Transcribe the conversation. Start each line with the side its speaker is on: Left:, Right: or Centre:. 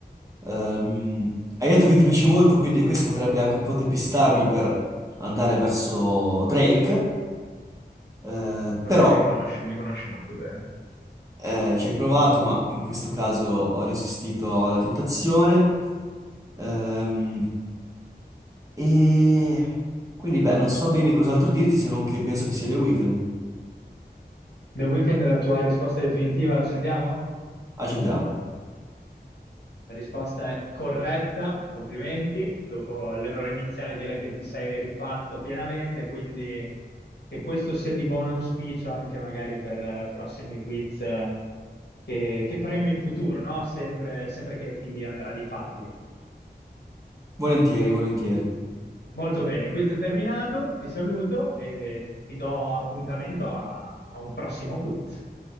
Right: Ehm, hai detto che ti piace molto, quindi questo potrebbe anche un po' depistarmi per andare verso Drake, eh,
Left: So
Right: però
Left: che mi conosci, mi conosci molto bene.
Right: eh, ci hai provato, ma in questo caso ho resistito alla tentazione. Ehm, e quindi, beh, non so bene cos'altro dirti se non che penso che sia The Weeknd.
Left: The Weeknd è la tua risposta definitiva, l'accendiamo?
Right: Accendiamo.
Left: La risposta è corretta, complimenti. Dopo l'errore iniziale direi che ti sei rifatto pienamente, quindi che questo sia di buon auspicio anche magari per eh, prossimi quiz eh, che, che faremo in futuro, no? Sempre, sempre che ti andrà di farli.
Right: Volentieri, volentieri.
Left: Molto bene, questo è terminato, ti saluto e ti do appuntamento a a un prossimo quiz.